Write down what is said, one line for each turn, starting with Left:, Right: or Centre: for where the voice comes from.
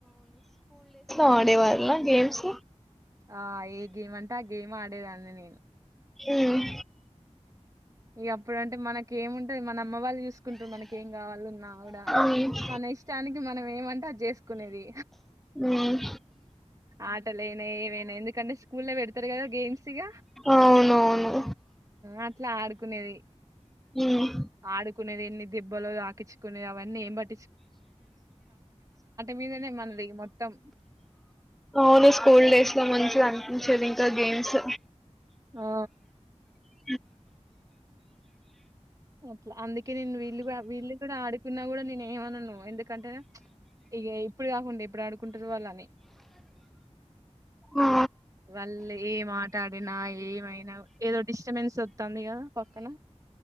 Centre: ఆడేవాళ్ళా గేమ్స్
Right: ఆ ఏ గేమ్ అంటే ఆ గేమ్ ఆడేదాన్ని నేను
Centre: ఉమ్మ్
Right: ఇగ అప్పుడుంటే మనకి ఏముంటది మనం మ్మ్ వాళ్ళు చూసుకుంటు మన ఏం కావాలన్నా
Centre: మ్మ్
Right: మన ఇష్టానికి మనం ఏమంటే అది చేసుకునేది
Centre: మ్మ్
Right: ఆటలైనా ఏదైనా ఎందుకంటే స్కూల్ ల పెడతారు కదా గేమ్స్ ఇగ
Centre: అవునవును
Right: అలా కునేది
Centre: మ్మ్
Right: ఆడు కునేది ఎన్ని దెబ్బలో తాకిచ్చుకునేది అవన్నీ ఏంబట్ మీదనే మనది మొత్తం
Centre: అవును స్కూల్ డేస్ లో మంచిగన్ ఉంచేది ఇంక గేమ్స్
Right: ఆ
Centre: బ
Right: అట్లా అందుకే నేను వీళ్ళు కూడా వీళ్ళు కూడా ఆడుకున్నా కూడా నేను ఏమనను ఎందుకంటే ఇగ ఇప్పుడు కాకుంటే ఎప్పుడు ఆడుకుంటది వాళ్ళు అని
Centre: ఆ
Right: వాళ్ళు ఏం ఆట ఆడినా ఏమైనా ఏదో డిస్టబెన్స్ వస్తుంది కదా పక్కన